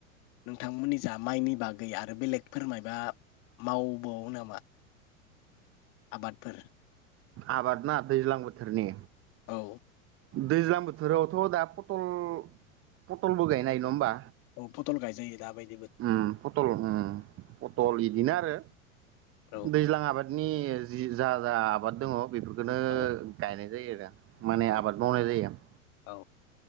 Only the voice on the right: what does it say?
आबाद ना दैज्लां बोथोरनि
दैज्लां बोथोराव थ दा पटल पटलबो गायनो हायो नङा होमबा।
उम पटल उम पटल इदिनो आरो
दैज्लां आबादनि जि जा जा आबाद दङ । बेफोरखौनो
गायनाय जायो आरो। माने
आबाद मावनाय जायो ।